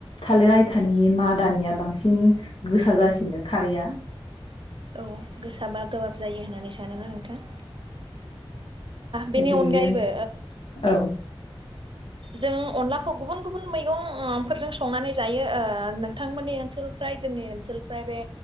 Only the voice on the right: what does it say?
औ गोसाबा गोबाब जायो होननानै सानो ना नोंथां? बेनि
अनगायैबो
जों अनलाखौ गुबुन गुबुन मैगं फोरफोरजों संनानै जायो ओ नोंथांमोननि ओनसोलफ्राय जोंनि ओनसोलफ्राय बे